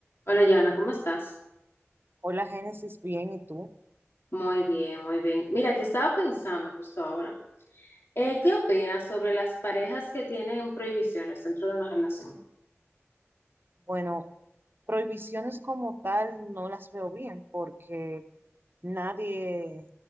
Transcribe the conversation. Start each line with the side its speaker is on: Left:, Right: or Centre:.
Left: Hola, Joana, ¿cómo estás?
Right: Hola Génesis, bien, ¿y tú?
Left: Muy bien, muy bien. Mira, que estaba pensando justo ahora. Eh, ¿qué opinas sobre las parejas que tienen prohibiciones dentro de una relación?
Right: Bueno, prohibiciones como tal no las veo bien porque nadie